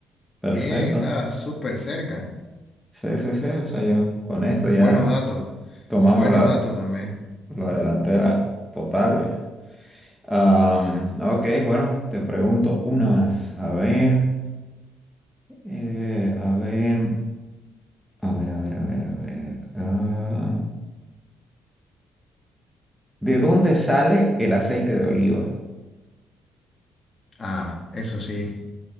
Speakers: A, in the centre; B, on the left.
A: perfecto.
B: bien. Estaba súper cerca.
A: Sí, sí, sí. O sea, yo con esto ya
B: Buenos datos.
A: tomamos
B: Buenos
A: la,
B: datos también.
A: la delantera total, güey. Am, ok, bueno, te pregunto una más. A ver, eh, a ver. A ver, a ver, a ver, a ver. Ah, ¿de dónde sale el aceite de oliva?
B: Ah, eso sí.